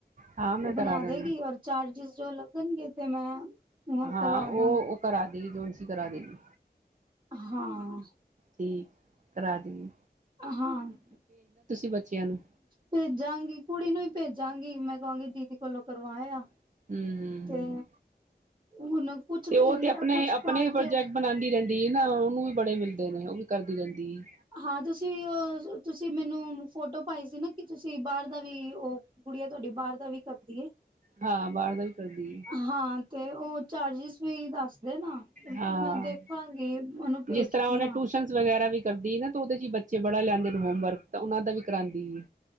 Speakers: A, on the right (about 45°); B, on the right (about 30°).
A: ਹਾਂ ਮੈਂ
B: ਉਹ ਬਣਾ
A: ਕਰਾ ਦਾਂਗੀ
B: ਦੇਗੀ ਔਰ ਚਾਰਜਿਸ ਜੋ- ਗਣ ਗਤੇ ਮੈਂ ਉਹ
A: ਹਾਂ
B: ਕਰਵਾ
A: ਉਹ
B: ਦਾਂਗੀ
A: ਉਹ ਕਰਾ ਦੀ ਜੋ ਕਰਾ ਦੇਗੀ।
B: ਹਾਂ
A: ਠੀਕ ਕਰਾ ਦੇਏ
B: ਹਾਂ,
A: ਬੱਚਿਆਂ ਨੂੰ
B: ਭੇਜਾਂਗੀ ਕੁੜੀ ਨੂੰ ਈ ਭੇਜਾਂਗੀ ਮੈਂ। ਕਾਂਗੀ ਦੀਦੀ ਕੋਲੋਂ ਕਰਵਾ ਆ।
A: ਹਮ ਹਮ
B: ਤੇ
A: ਹਮ
B: ਹੁਣ ਕੁਛ
A: ਤੇ ਉਹ
B: ਇਨਾ
A: ਤੇ ਆਪਣੇ
B: ਕੁਛ
A: ਆਪਣੇ
B: ਕੰਮ
A: ਹੀ ਪ੍ਰੋਜੈਕਟ
B: ਤੇ
A: ਬਣਾਦੀ ਰਹਿੰਦੀ। ਤੇ ਨਾ ਉਨੂੰ ਵੀ ਬੜੇ ਮਿਲਦੇ ਨੇ ਉਹ ਵੀ ਕਰਦੀ ਰਹਿੰਦੀ ਏ।
B: ਹਾਂ ਤੁਸੀਂ ਉਹ ਤੁਸੀਂ ਮੈਨੂੰ ਫੋਟੋ ਪਾਈ ਸੀ ਨਾ। ਕਿ ਤੁਸੀਂ ਬਾਹਰ ਦਾ ਵੀ ਉਹ ਗੁੜੀਆ ਤੁਹਾਡੀ ਬਾਹਰ ਦਾ ਵੀ ਕਰਦੀ ਐ।
A: ਹਾਂ ਬਾਰ ਦਾ ਵੀ ਕਰਦੀ ਏ।
B: ਹਾਂ ਤੇ ਉਹ ਚਾਰਜਿਸ ਵੀ ਦੱਸ ਨਾ
A: ਹਾਂ
B: ਮੈਂ ਦੇਖਾਂਗੀ ਓਨੂੰ ਭੇਜਦੀ
A: ਜਿਸ ਤਰ੍ਹਾਂ ਉਹਨੇ
B: ਆ।
A: ਟਿਊਸ਼ਨਸ ਵਗੈਰਾ ਵੀ ਕਰਦੀ ਏ ਨਾ ਤੇ ਉਦੇ 'ਚ ਬੱਚੇ ਬੜਾ ਲਿਆਂਦੇ ਨੇ ਹੋਮਵਰਕ ਤਾਂ ਉਨਾਂ ਦਾ ਵੀ ਕਰਾਂਦੀ ਏ।